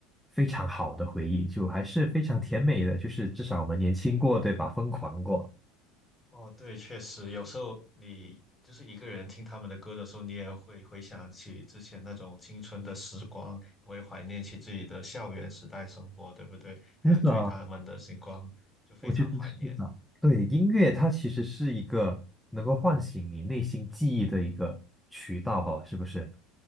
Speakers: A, in the centre; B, on the left.
A: 非常好的回忆，就还是非常甜美的，就是至少我们年轻过，对吧？疯狂过。
B: 哦，对，确实，有时候你就是一个人听他们的歌的时候，你也会回想起之前那种青春的时光，会怀念起自己的校园时代生活，对不对？还有追他们的星光，
A: 是的，
B: 就非常怀念。
A: 我觉得是的。对，音乐它其实是一个能够唤醒你内心记忆的一个渠道哈，是不是？